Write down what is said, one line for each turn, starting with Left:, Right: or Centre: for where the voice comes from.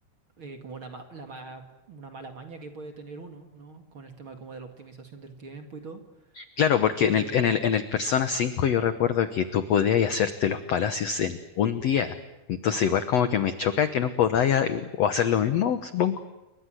Right: eh, como una, ma- la ma- una mala maña que puede tener uno, ¿no? Con el tema como de la optimización del tiempo y todo,
Left: claro,
Right: es
Left: porque
Right: que
Left: en el, en el, en el Persona cinco yo recuerdo que tú podías hacerte los palacios en un día, entonces igual como que me choca que no podáis a- o hacer lo mismo, supongo.